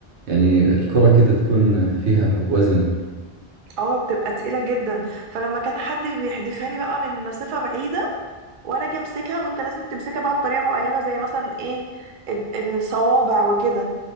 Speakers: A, on the right; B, on the right.
A: يعني الكرة كذا تكون فيها وزن
B: اه بتبقى تقيلة جدا فلما كان حد بيحدفها لي بقى من مسافة بعيدة وانا اجي امسكها وانت لازم تمسكها بقى بطريقه معينه زي مثلا ايه الد- الصوابع وكده